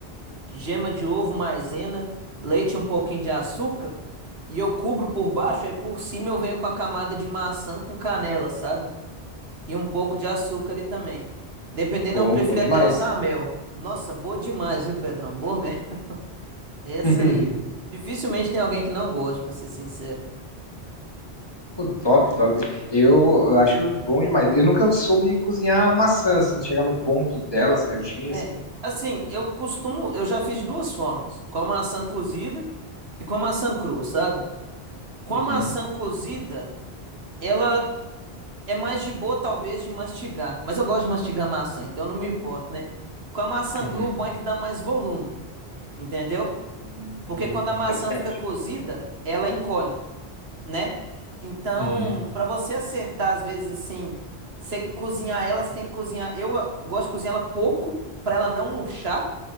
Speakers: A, on the right (about 70°); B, on the left (about 25°).
A: gema de ovo, maisena, leite e um pouquinho de açúcar e eu cubro por baixo, aí por cima eu venho com a camada de maçã com canela, sabe? E um pouco de açúcar ali também. Dependendo,
B: Bom,
A: eu prefiro
B: bom demais.
A: até usar mel. Nossa, boa demais, viu, Pedrão? Boa mesmo. <laughs> Essa
B: <laughs>
A: aí, dificilmente tem alguém que não goste, pra ser sincero.
B: Pô, top, top. Eu, eu acho bom demais. Eu nunca soube cozinhar maçã, assim, chegar no ponto dela certinho,
A: É,
B: assim.
A: assim, eu costumo, eu já fiz de duas formas, com a maçã cozida e com a maçã crua, sabe? Com
B: Uhum,
A: a maçã cozida, ela é mais de boa, talvez, de mastigar, mas eu gosto de mastigar maçã, então eu não me importo, né? Com a maçã
B: uhum.
A: crua, o bom é que dá mais volume, entendeu?
B: Hum,
A: Porque quando a maçã
B: interessante.
A: fica cozida, ela encolhe. né? Então,
B: Uhum.
A: para você acertar, às vezes, assim, você cozinhar ela, você tem que cozinhar. Eu ah, gosto de cozinhar ela pouco, para ela não murchar.